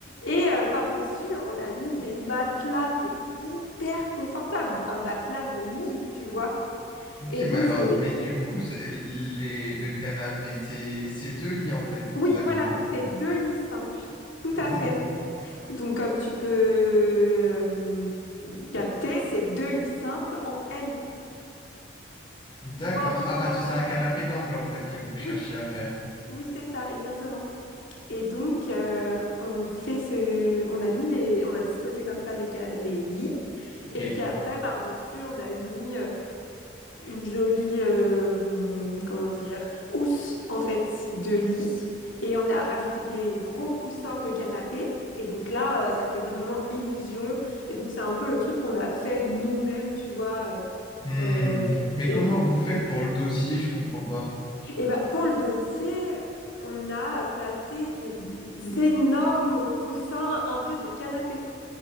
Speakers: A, on the left; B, on the left.
A: Et euh, par-dessus, on a mis des matelas, mais hyper confortables, un matelas de lit, tu vois.
B: Ok,
A: Et
B: mais
A: donc,
B: alors,
A: c'est.
B: mais du coup, vous- les, le canapé, c'est c'est deux lits en fait que
A: Oui,
B: vous avez
A: voilà,
B: mis.
A: c'est deux lits simples, tout
B: Hmm.
A: à fait. Donc, comme tu peux euh, capter, c'est deux lits simples en L.
B: D'accord.
A: Tu vois un peu
B: Ah,
A: comment
B: parce
A: ça.
B: que c'est un canapé d'angle, en fait, que vous cherchez
A: Oui,
B: à faire.
A: oui, c'est ça, exactement. Et donc, euh, on fait ce, on a mis les, on a disposé comme ça les, ca- les lits.
B: Ok.
A: Et puis après, par-dessus, on a mis euh, une jolie, euh, comment dire, housse en fait de lit. Et on a rajouté des gros coussins de canapé. Et donc là, euh, ça fait vraiment illusion. Et donc c'est un peu le truc qu'on a fait nous-mêmes, tu vois. euh,
B: Hmm.
A: euh,
B: Mais
A: et
B: comment
A: puis,
B: vous faites pour le dossier? Je comprends pas.
A: et bah, pour le dossier, on a placé des énormes coussins un peu de canapé.